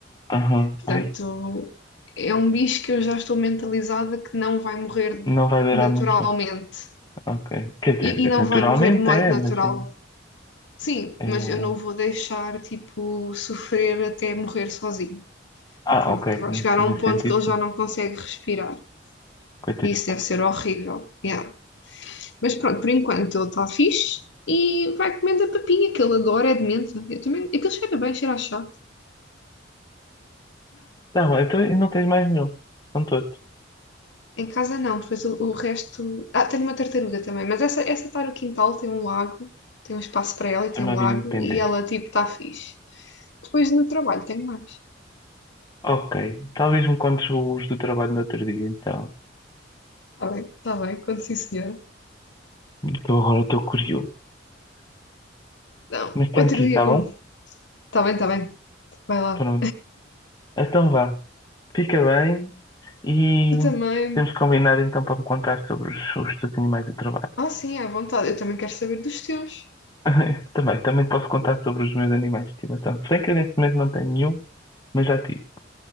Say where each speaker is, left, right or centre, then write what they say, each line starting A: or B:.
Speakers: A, on the left; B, on the left.
A: aham,
B: Portanto,
A: ai,
B: é um bicho que eu já estou mentalizada que não vai morrer
A: não vai durar
B: naturalmente
A: muito bem. Ok, quer dizer,
B: e, e não
A: naturalmente
B: vai morrer de modo
A: é,
B: natural.
A: mas é.
B: Sim,
A: é-
B: mas eu não vou deixar, tipo, sofrer até morrer sozinho,
A: Ah,
B: porque
A: ok,
B: vai
A: nesse,
B: chegar a
A: nesse
B: um ponto
A: sentido,
B: que ele já
A: sim.
B: não consegue respirar.
A: Coitadito.
B: E isso deve ser horrível. Yeah. Mas pronto, por enquanto ele está fixe e vai comendo a papinha que ele adora, é de menta. Eu também, aquilo cheira bem, cheira a chá.
A: Tá bom, então e não tens mais nenhum. São todos.
B: Em casa não, depois o, o resto. Ah, tenho uma tartaruga também, mas essa, essa está no quintal, tem um lago, tem um espaço para ela e
A: Tem
B: tem
A: uma
B: um
A: vida
B: lago,
A: independente.
B: e ela tipo está fixe. Depois no trabalho tenho mais.
A: Ok, talvez me contes os do trabalho no outro dia, então.
B: Está bem, está bem, quando sim, senhora.
A: Que eu agora estou curioso.
B: Não,
A: Mas tem
B: outro
A: que
B: dia
A: ir, tá bom?
B: como. Está bem, está bem, vai lá.
A: Pronto. Então vá. Fica bem e
B: Tu também.
A: temos combinado então para me contar sobre os, os teus animais de trabalho.
B: Ah, sim, é à vontade, eu também quero saber dos teus.
A: <laughs> Também, também posso contar sobre os meus animais de estimação. Se bem que eu neste momento não tenho nenhum, mas já tive.